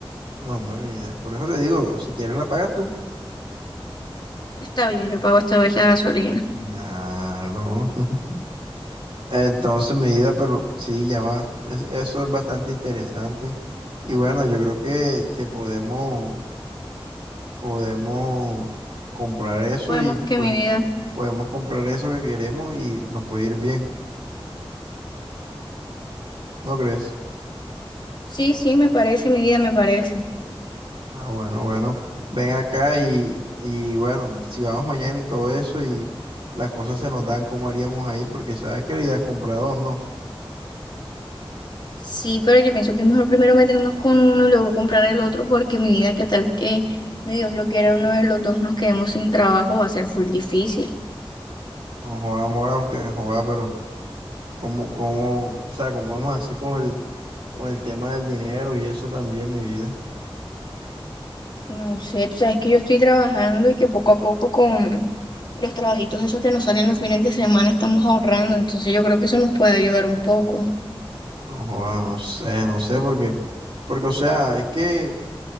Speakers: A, on the right; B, on the left.
A: No, hombre, mira Por eso te digo, si quieres la pagas tú.
B: Está bien, yo pago esta vez la gasolina.
A: Claro. <laughs> Entonces, medida, pero sí, llama, es- eso es bastante interesante. Y bueno, yo creo que, que podemos, podemos comprar eso
B: Podemos
A: y
B: que
A: pues
B: mi vida.
A: podemos comprar eso que queremos y nos puede ir bien, ¿no crees?
B: Sí, sí, me parece, mi vida me parece.
A: Ah, bueno, bueno, ven acá y, y bueno, si vamos mañana y todo eso y las cosas se nos dan, ¿cómo haríamos ahí? Porque sabes que la idea es comprar dos, ¿no?
B: Sí, pero yo pienso que es mejor primero meternos con uno y luego comprar el otro porque mi vida, qué tal que, ni Dios lo quiera, uno de los dos nos quedemos sin trabajo, va a ser full difícil.
A: No joda, amor, aunque joda, pero... ¿Cómo, cómo, o sea, cómo vamos a hacer con el, con el tema del dinero y eso también, mi vida?
B: No sé, tú sabes que yo estoy trabajando y que poco a poco con los trabajitos esos que nos salen los fines de semana estamos ahorrando, entonces yo creo que eso nos puede ayudar un poco.
A: No, joda, no sé, no sé, porque, porque, o sea, es que